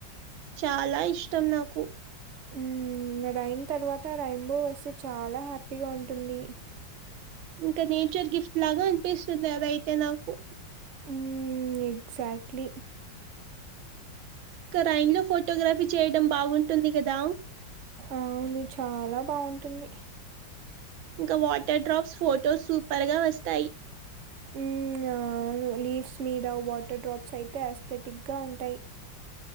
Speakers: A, on the right; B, on the right.
A: చాలా ఇష్టం నాకు
B: మ్మ్ రయిన్ తర్వాత రైంబో వస్తే చాలా హ్యాపీగా ఉంటుంది
A: ఇంకా నేచర్ గిఫ్ట్ లాగా అనిపిస్తుంది అది అయితే నాకు
B: మ్మ్ ఎగ్జాక్ట్లీ
A: గటైమ్ లో ఫోటోగ్రఫీ చేయడం బావుంటుంది కదా
B: అవును చాలా బావుంటుంది
A: ఇంకా వాటర్ డ్రాప్స్ ఫొటో సూపర్గా వస్తాయి
B: ఉమ్మ్ అవ్ లీఫ్స్ మీద వాటర్ డ్రాప్స్ అయితే అస్థెటిక్గా ఉంటాయి